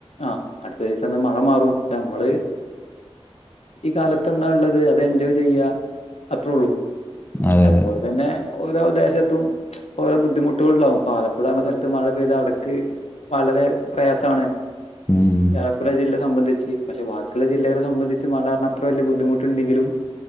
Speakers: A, on the left; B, on the left.
A: ആഹ അടുത്ത ദിവസം തന്നെ മഴ മാറും അപ്പൊ നമ്മള് ഈ കാലത്ത് എന്താ ഉള്ളത് അത് എൻജോയ് ചെയ്യ അത്ര ഉള്ളൂ.
B: അതെ
A: അതുപോലെ
B: അതെ
A: തന്നെ ഓരോ ദേശത്തും ഓരോ ബുദ്ധിമുട്ടുകൾ ഉണ്ടാവും ആലപ്പുഴ എന്ന സ്ഥലത്ത് മഴ പെയ്ത അവിടക്ക് വളരെ പ്രയാസാണ്.
B: ഉം.
A: ആലപ്പുഴ ജില്ല സംബന്ധിച്ച് പക്ഷെ ബാക്കിയുള്ള ജില്ലകളെ സംബന്ധിച്ച് മഴ കാരണം അത്ര വലിയ ബുദ്ധിമുട്ടുണ്ടെങ്കിലും